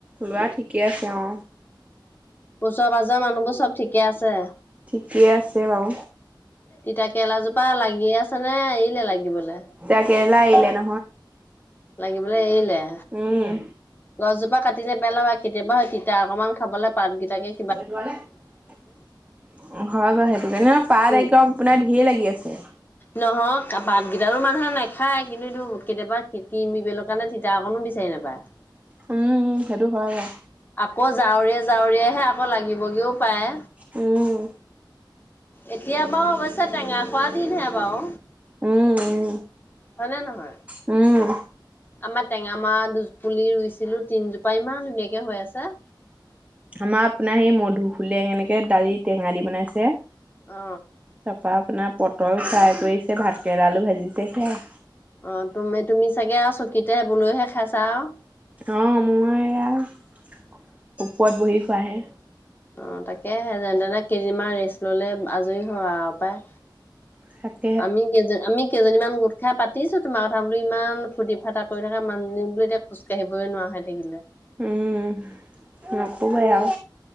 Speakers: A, on the right; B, on the left.
A: ল'ৰা ঠিকে আছে অ।
B: ওচৰ পাজৰ মানুহবোৰ চব ঠিকে আছে?
A: ঠিকে আছে বাও।
B: তিতা কেৰেলা জোপা লাগি আছে নে এৰিলে লাগিবলে?
A: তিতা কেৰেলা এৰিলে ন-
B: লাগিবলে এৰিলে?
A: উম।
B: গছজোপা কাটি নেপেলাবা কেতিয়াবা তিতা অকনমান খাবলৈ পাত গিতাকেই
A: <unintelligible> হয় বাৰু সেইটো কাৰনে পাত
B: অ
A: একদম আপোনাৰ ঢেৰ লাগি আছে।
B: নহয় পাতকেইটাৰো মানুহে নাখায়। কিন্তু এইটো কেতিয়াবা খিতি মিবেলৰ কাৰণে ঠি- তিতা অকণো বিচাৰি নাপায়।
A: উম উম সেইটো হয় বাও।
B: আকৌ জাৱৰিয়ে জাৱৰিয়হে আকৌ লাগিবগেও পায়।
A: উম।
B: এতিয়া বাৰু অৱশ্যে টেঙা খোৱা দিনহে বাও।
A: উম,
B: হয়নে নহয়?
A: উম, উম।
B: আমাৰ টেঙামোৰা দুপুলি ৰুইছিলো তিনজোপা ইমান ধুনীয়াকে হৈ আছে।
A: আমাৰ আপোনাৰ সেই মধু ফুলে এনেকে দালি টেঙা দি বনাইছে।
B: অ।
A: তা পা আপোনাৰ পটল ফ্ৰাই কৰিছে, ভাতকেৰেলা আলু ভাজিছে সেয়াই।
B: অ তুমি তুমি চাগে আৰু চকীতে সেই বোলোহে খাইছা আও।
A: অ মই এয়া ওপৰত বহি খোৱাহে।
B: অ তাকে সে যেন তেনে কেইদিনমান ৰেষ্ট ললে আজৰি হ আও পায়।
A: থাক-
B: আমি কেজে আমি কেইজনীমান গোট খাই পাতিছোঁ তোমাৰ কথা বোলো ইমান ফূ্তি ফাৰটা কৰি থকা মানুহজনী বোলো এতিয়া খোজ কাঢ়িবই নোৱাৰা হৈ থাকিলে।
A: উম নকবয়াই আও।